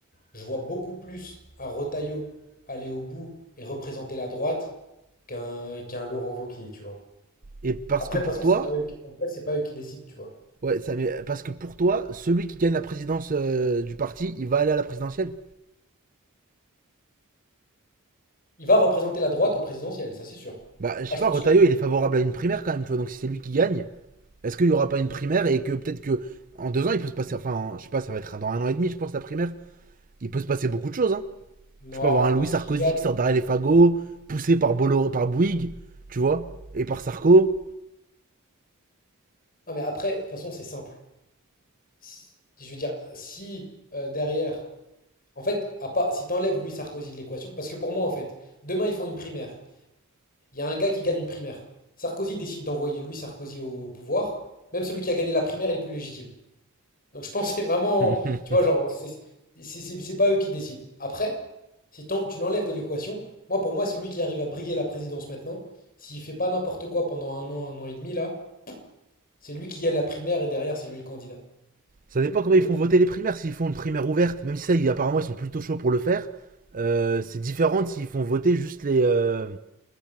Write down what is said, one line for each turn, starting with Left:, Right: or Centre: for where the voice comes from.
Left: je vois beaucoup plus un Retailleau aller au bout et représenter la droite qu'un qu'un Laurent Wauquiez, tu vois.
Right: Et parce
Left: Après,
Right: que pour
Left: de toute façon,
Right: toi,
Left: c'est pas eux qui... en vrai, c'est pas eux qui décident, tu vois.
Right: ouais, ça, mais parce que pour toi, celui qui gagne la présidence euh, du parti, il va aller à la présidentielle.
Left: Il va représenter la droite au présidentiel, ça c'est sûr.
Right: Bah, je sais
Left: Ah, je
Right: pas,
Left: pense
Right: Retailleau,
Left: que oui.
Right: il est favorable à une primaire quand même, tu vois. Donc si c'est lui qui gagne, est-ce qu'il y aura pas une primaire et que peut-être que en deux ans, il peut se passer, enfin, en- je sais pas, ça va être dans un an et demi, je pense, la primaire. Il peut se passer beaucoup de choses, hein.
Left: Non,
Right: Tu peux avoir
Left: je
Right: un
Left: pense
Right: Louis Sarkozy
Left: qu'il gagne.
Right: qui sort derrière les fagots, poussé par Bolloré, par Bouygues, tu vois, et par Sarko.
Left: Ah, mais après, de toute façon, c'est simple. si- je veux dire, si euh, derrière, en fait, à pas, si t'enlèves Louis Sarkozy de l'équation, parce que pour moi, en fait, demain ils font une primaire, il y a un gars qui gagne une primaire, Sarkozy décide d'envoyer Louis Sarkozy au pouvoir, même celui qui a gagné la primaire, il est plus légitime. Donc je <laughs> pense que c'est vraiment,
Right: <laughs>
Left: tu vois, genre, c'est c'est- c'est- c'est pas eux qui décident. Après, si t'en- tu l'enlèves de l'équation, moi, pour moi, celui qui arrive à briguer la présidence maintenant, s'il fait pas n'importe quoi pendant un an, un an et demi, là, c'est lui qui gagne la primaire et derrière, c'est lui le candidat.
Right: Ça dépend comment
Left: Le
Right: ils font voter les primaires. S'ils font une primaire ouverte, même si ça, ils- apparemment, ils sont plutôt chauds pour le faire, euh, c'est différent s'ils font voter juste les. euh,